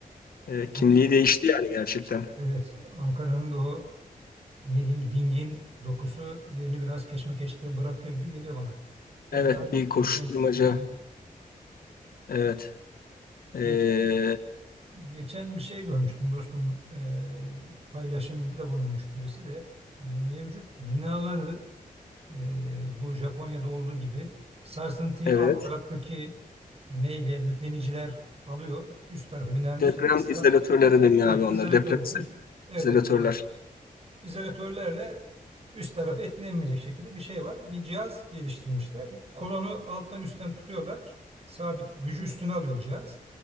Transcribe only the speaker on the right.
o,
evet Ankara'nın da o ne diyeyim dingin dokusu yerini biraz keşmekeşliğe bırakıyor gibi geliyor bana. Sen
daha iyi
gözlem,
gözlem
Geçen Geçen bir şey görmüştüm dostum. Eee, paylaşımda bulunmuş birisi de mevcut binaları eee, bu Japonya'da olduğu gibi sarsıntıyı
alt taraftaki neyle yükleniciler alıyor. Üst tarafı binanın üst
tarafı ıslah,
he,
izolatörler.
Üst- Evet
evet doğru izolatörlerle üst tarafı etkilenmeyecek şekilde bir şey var. Bir cihaz geliştirmişler. Kolonu alttan üstten tutuyorlar. Sabit gücü üstüne alıyor cihaz.